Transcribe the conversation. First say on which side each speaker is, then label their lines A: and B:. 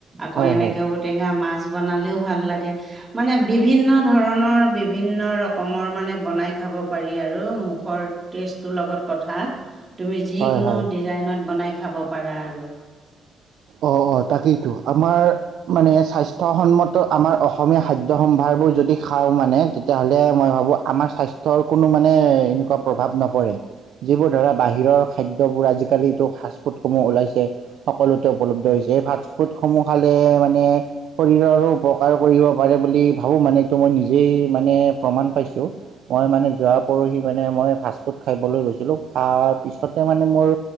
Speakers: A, on the right (about 25°); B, on the right (about 75°).
A: আকৌ
B: হয়
A: এনেকে
B: হয়
A: ঔটেঙা মাছ মাছ বনালেও ভাল লাগে। মানে বিভিন্ন ধৰণৰ বিভিন্ন ৰকমৰ মানে বনাই খাব পাৰি আৰু। মুখৰ টেষ্টটোৰ লগত কথা, তুমি যিকোনো
B: হয় হয়
A: ডিজাইনত বনাই খাব পাৰা আৰু।
B: অঁ অঁ তাকেইতো, আমাৰ মানে স্বাস্থ্যসন্মত আমাৰ অসমীয়া খাদ্য সম্ভাৰবোৰ যদি খাওঁ মানে, তেতিয়াহ'লে মই ভাবোঁ আমাৰ স্বাস্থ্যৰ কোনো মানে এনেকুৱা প্ৰভাৱ নপৰে। যিবোৰ ধৰা বাহিৰৰ খাদ্যবোৰ আজিকালিটো ফাষ্ট ফুডসমূহ ওলাইছে, সকলোতে উপলব্ধ হৈছে, এই ফাষ্ট ফুড সমূহ খালে মানে শৰীৰৰো উপকাৰ কৰিব পাৰে বুলি ভাবো মানে, মই নিজেই মানে প্ৰমাণ পাইছো। মই মানে যোৱা পৰহি মানে মই ফাষ্টফুড খাবলৈ গৈছিলোঁ, খোৱাৰ পিছতে মানে মোৰ